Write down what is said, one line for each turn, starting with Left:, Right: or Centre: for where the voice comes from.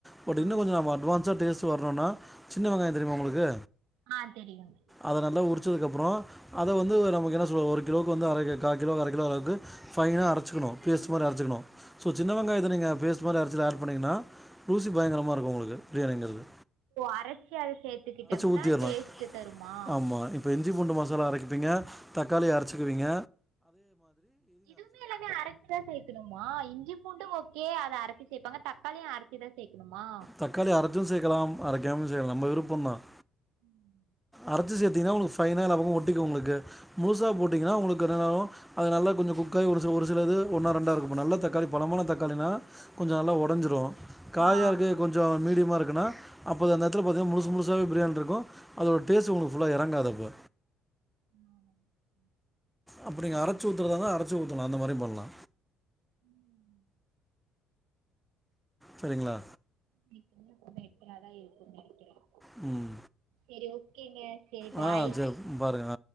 Centre: பட்
Right: ஆ
Centre: இன்னு கொஞ்ச நம்ம அட்வான்ஸா டேஸ்ட் வரணும்னா சின்ன வெங்காயம் தெரியுமா உங்களுக்கு
Right: ஆ தெரியும்
Centre: அத நல்லா உரிச்சதுக்கு அப்றோ அத வந்து நமக்கு என்ன சொல்லுது ஒரு கிலோவுக்கு வந்து அரை கே காக் கிலோக்கு அரை கிலோ அளவுக்கு ஃபைனா அரைச்சுக்கணு பேச்ட் மாரி அரைச்சுக்கணு சோ சின்ன வெங்காயத்த நீங்க பேச் இது மாரி அரச்சத ஆட் பண்ணிங்கன்னா ரூசி பயங்கரமாக இருக்கும் உங்களுக்கு பிராணங்கிறது
Right: அரைசி அத சேத்துக்கிட்டோம்னா
Centre: ஊற்றிடணும்
Right: டேஸ்ட் தருமா
Centre: ஆமாம் இப்போ இஞ்சி பூண்டு மசாலா அரைக்கப்பீங்க தக்காளி அரச்சிக்குவீங்க
Right: இதுமே எல்லாமே அரச் தான் சேக்கணுமா இஞ்சி பூண்டு ஓகே அத அரைச்சி சேபாங்க தக்காளியும் அரச்சிதான் சேக்கணுமா
Centre: தக்காளி அரச்சும் செக்கலாம் அரைக்காமல் செகலா நம்ம விருப்பம் தான்
Right: <inaudible>
Centre: அரைச்சு சேத்தீங்கன்னா உங்களுக்கு ஃபைன எல்லா பக்கமும் ஒட்டிக்கும் உங்களுக்கு முழுசா போட்டீங்கன்னா
Right: ஓ
Centre: உங்களுக்கு ராலுவும் அது நல்லா கொஞ்ச குக்காகி ஒரு சில ஒரு சிலது ஒன்னா ரெண்டா இருக்கும் நல்ல தக்காளி பழமான தக்காளினா கொஞ்ச நல்லா ஒடஞ்சிடு காயா
Right: ஆ
Centre: இருக்குது கொஞ்ச மீடியமா இருக்குன்னா அப்போ அந்த நேரத்தில் பாத்தீங்கா முசு முசாவவே பிரியாணி இருக்கும் அதோட டேஸ்ட் உங்களுக்கு ஃபுல்லா எறங்காது அப்போ
Right: ஆ
Centre: அப்டி நீங்க அரைச்சு ஊத்துறதா இருந்த அரச்சு ஊத்தலா அந்த மாரி பண்லா
Right: ம்
Centre: செரிங்களா
Right: மேக்சிபூ எட்டு நாள் தான் இருக்கு நினைக்கிறேன்
Centre: ம்
Right: செரி ஓகேங்க செரி பாய்
Centre: ஆ சரி பாருங்கள்